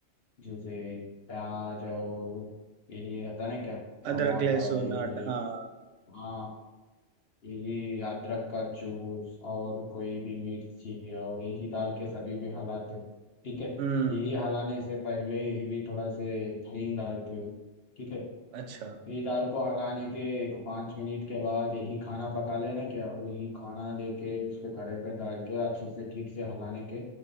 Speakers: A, on the left; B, on the right.
A: जैसे प्याज और यही होता ना क्या टमाटर
B: अदरक लहसुन
A: यही
B: आटा हाँ
A: हाँ यही अदरक का जूस और कोई भी मिर्ची और यही डाल के सभी भी हलाते हो ठीक है
B: हम्म
A: यही हलाने से पहले यही भी थोड़ा से दही डालते हो ठीक है
B: अच्छा
A: यही दाल को हलाने के एक पाँच मिनट के बाद यही खाना पका लेना क्या वही खाना लेके उस पे कड़े पे डाल के अच्छे से ठीक से हलाने के